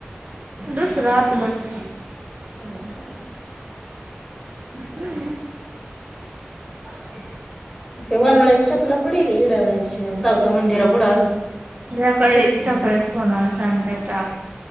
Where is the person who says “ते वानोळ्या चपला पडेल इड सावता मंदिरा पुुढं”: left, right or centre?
Centre